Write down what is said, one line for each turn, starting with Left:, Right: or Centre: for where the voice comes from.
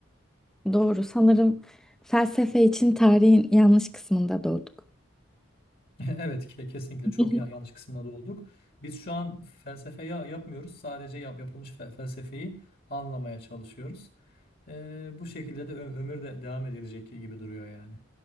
Centre: Doğru. Sanırım felsefe için tarihin yanlış kısmında doğduk.
Left: <laughs> Evet ke- kesinlikle
Centre: <laughs>
Left: çok ya- yanlış kısmına doğduk. Biz şu an felsefe ya- yapmıyoruz. Sadece yap, yapılmış fe- felsefeyi anlamaya çalışıyoruz. Ee, bu şekilde de ö- ömür de devam edilecek gibi duruyor yani.